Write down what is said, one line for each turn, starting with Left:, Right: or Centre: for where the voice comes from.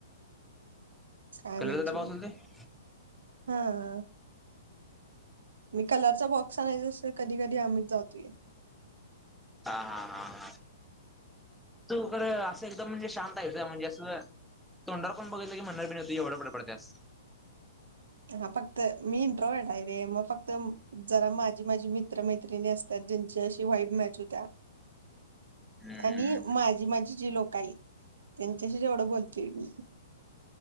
Centre: <unintelligible>
Right: काय म्हणजे हा.. मी कलरचा बॉक्स आणायचा असतोय, कधी कधी आम्हीच जातोय.
Centre: हा हा हा हा. तू इकडं, असं एकदम म्हणजे शांत आहेस म्हणजे असं, तोंडावर कोण बघितला की, म्हणार बी नाही तू एवढं बडबडत्यास.
Right: हा फक्त मीट्रडा आहे, रे मग फक्त जरा माझी माझी मित्र मैत्रिणी असत्यात, ज्यांची अशी व्हाईब मॅच होत्या.
Centre: हम्म
Right: आणि माझी माझी जे लोक आहेत, त्यांच्याशी जेवढं बोलतोय मी.